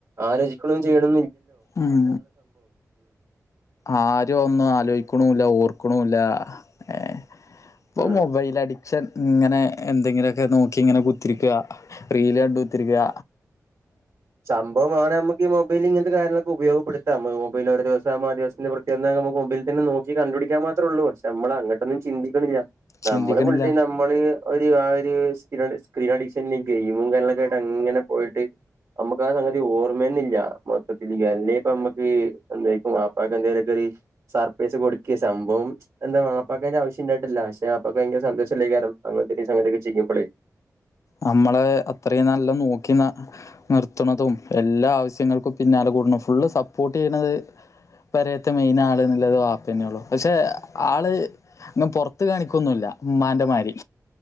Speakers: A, on the right (about 60°); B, on the left (about 55°).
A: ആലോചിക്ക്ണും ചെയ്യണ
B: ഉം ആരും ഒന്നും ആലോയ്ക്ക്ണുല്ല ഓർ ക്ക്ണുല്ല എ ഇപ്പോ
A: ഉം
B: മൊബൈൽ അഡിക്ഷൻ ഇങ്ങനെ എന്തെങ്കിലൊക്കെ നോക്കി ഇങ്ങനെ കുത്തിരിക്ക്യ. റീൽ കണ്ട് കുത്തിരി ക്യ
A: സംഭവം വേണേ നമുക്ക് ഈ മൊബൈലിൽ ഇങ്ങനത്തെ കാര്യങ്ങളൊക്ക ഉപയോഗപ്പെടുത്താം. മൊബൈൽ ഒരു ദിവസാവുമ്പോ ആ ദിവസത്തെ പ്രത്യേകത എന്താന്ന് നമുക്ക് മൊബൈലിൽ തന്നെ നോക്കി കണ്ടുപിടിക്കാൻ മാത്രേ ഉള്ളൂ പക്ഷേ നമ്മള് അങ്ങട്ടൊന്നും ചിന്തിക്കുന്നില്ല.
B: ചിന്തിക്കണില്ല
A: നമ്മള് വീട്ടി നമ്മള് ഒരു കാര്യവും ഒരു സ്ക്രീൻ അഡിക്ഷനിലേക്ക് ഗെയിമും കാര്യങ്ങളൊക്കെ ആയിട്ട് അങ്ങനെ പോയിട്ട്. നമുക്ക് ആ സംഗതി ഓർമ്മയിന്നില്ല. മൊത്തത്തിൽ അല്ലെ ഇപ്പ നമ്മക്ക് എന്തെ വാപ്പക്കു എന്തായലൊക്കെ. സർപ്രൈസ് കൊടുക്കെ സംഭവം എന്താ വാപ്പാക്കേന്റെ ആവശ്യം ഉണ്ടായിട്ടില്ല പക്ഷെ അപ്പൊ ഭയങ്കര സന്തോഷമുള്ള കാര്യം അങ്ങനത്തെ സംഗതിയൊക്കെ ചെയ്യുമ്പോളേ.
B: നമ്മളെ അത്രയും നല്ല നോക്കി നിർത്തുന്നതും. എല്ലാ ആവശ്യങ്ങൾക്കും പിന്നാലെ കൂടെന്ന് ഫുള്ള് സപ്പോർട്ട് ചെയ്യണത്. പെരയത്തെ മെയിൻ ആള് എന്നുള്ളത് വാപ്പന്നെള്ളു. പക്ഷെ ആള് അങ്ങ് പുറത്ത് കാണിക്കൊന്നുമില്ല. ഉമ്മാന്റെ മാരി